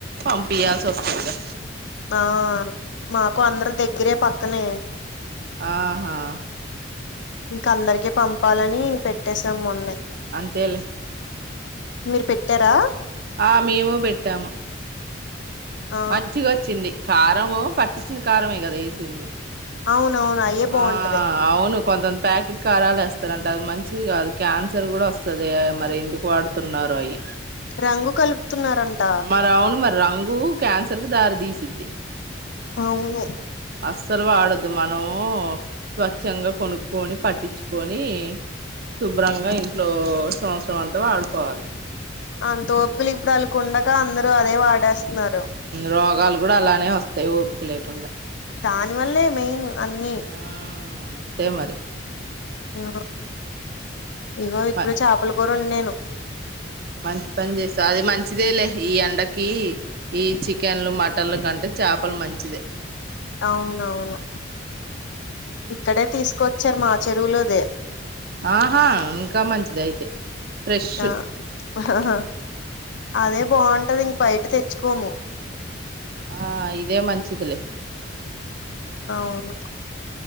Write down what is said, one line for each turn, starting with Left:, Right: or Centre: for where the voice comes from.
Right: పంపియాల్సి వస్తదిగా
Left: ఆ మాకు అందరు దగ్గరే పక్కనే
Right: ఆహా
Left: ఇంక అందరికీ పంపాలని పెట్టేసాం మొన్నే
Right: అంతేలే
Left: మీరు పెట్టారా
Right: ఆ మేము పెట్టాము
Left: ఆ
Right: మంచిగా వచ్చింది కారము పట్టించిన కారమే కదా వేసింది
Left: అవును అవును అయే బాగుంటది
Right: ఆ అవును కొంత ప్యాకెట్ కారాలు వేస్తారంటే అది మంచిది కాది క్యాన్సర్ కూడా వస్తది మరి ఎందుకు వాడు తున్నారు అయి
Left: రంగు కలుపుతున్నారంట
Right: మరి అవును మరి రంగు క్యాన్సర్ కి దారి తీసిద్ది
Left: అవును
Right: అస్సలు వాడద్దు మనము స్వచ్ఛంగా కొనుక్కొని పట్టిచుకొని శుభ్రంగా ఇంట్లో సంవత్సరం అంతా వాడుకోవాలి
Left: అంతోపికిలి ఇప్పుడు ఆళ్లకి ఉండదా అందరూ అదే వాడేస్తున్నారు
Right: రోగాలు కూడా అలానే వస్తాయి ఓపిక లేకుండా
Left: దాని వల్లే మెయిన్ అన్ని
Right: ఆ అంతే మరి
Left: ఆ ఇగో ఇప్పుడే
Right: మ
Left: చాపల కూర వండాను
Right: మంచి పని చేసా అది మంచిదేలే ఈ ఎండకి ఈ చికన్లు మటన్లు కంటే చాపలు మంచిదే
Left: అవునవును ఇక్కడే తీసుకొచ్చారు మా చెరువులోదే
Right: ఆహా ఇంకా మంచిది అయితే ఫ్రెష్
Left: ఆ అదే
Right: ఆ
Left: బాగుంటది ఇంక బయట తెచ్చుకోము
Right: ఆ ఇదే మంచిదిలే
Left: అవును